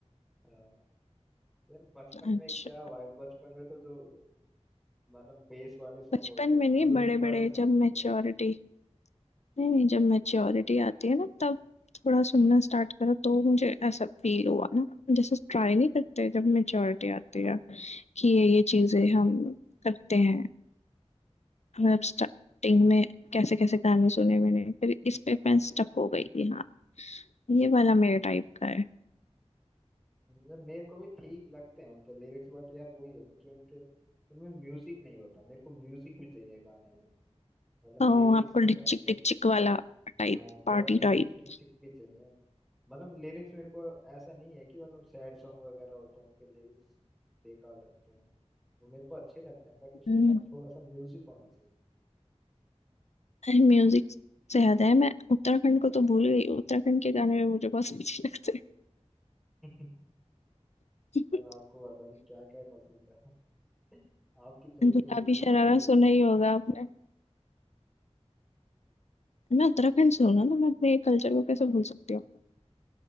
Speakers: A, in the centre; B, on the left.
A: हाँ यार बचपन
B: अच्छा
A: में क्या भाई बचपन में तो जो मतलब बेस वाले सॉन्ग
B: बचपन
A: होते हैं
B: में नहीं
A: म्यूजिक
B: बड़े
A: वाले
B: बड़े
A: सॉन्ग
B: जब
A: होते
B: मैच्योरिटी
A: हैं
B: नहीं नहीं जब मैच्योरिटी आती है ना तब थोड़ा सुनना स्टार्ट करो तो मुझे ऐसा फील हुआ ना जैसे ट्राई नहीं करते जब मैच्योरिटी आती है
A: हम्म,
B: कि ये ये चीजें हम करते हैं मतलब स्टार्टिंग में कैसे कैसे गाने सुने मैंने फिर इस पे मैं स्टक हो गई कि हाँ ये वाला मेरे टाइप का है
A: यार मेरे को भी ठीक लगते हैं उनके लिरिक्स बट यार वही है ना कि उनके उनमें म्यूजिक नहीं होता मेरे को म्यूजिक भी चाहिए गाने में मतलब
B: ओ,
A: लिरिक्स
B: आपको
A: के साथ
B: डिकचिक
A: साथ
B: डिकचिक वाला टाइप
A: हाँ
B: पार्टी
A: थोड़ा डिचिक
B: टाइप
A: डिचिक भी चाहिए मतलब लिरिक्स मेरे को ऐसा नहीं है कि मतलब सैड सॉन्ग वगैरह होते हैं उनके लिरिक्स बेकार लगते हैं वो मेरे को अच्छे लगते हैं बट उसके
B: हम्म,
A: साथ थोड़ा सा म्यूजिक होना चाहिए
B: अरे म्यूजिक से याद है मैं उत्तराखंड को तो भूल गई उत्तराखंड के गाने भी मुझे बहुत अच्छे लगते
A: <laughs>
B: हैं
A: और आपको पता नहीं क्या क्या पसंद है <laughs> आपकी चॉइस
B: <laughs> गुलाबी
A: तो बिल्कुल
B: शरारा
A: समझ ही नहीं
B: सुना
A: जाएगी
B: ही होगा आपने मैं उत्तराखंड से हूँ ना तो मैं अपने कल्चर को कैसे भूल सकती हूँ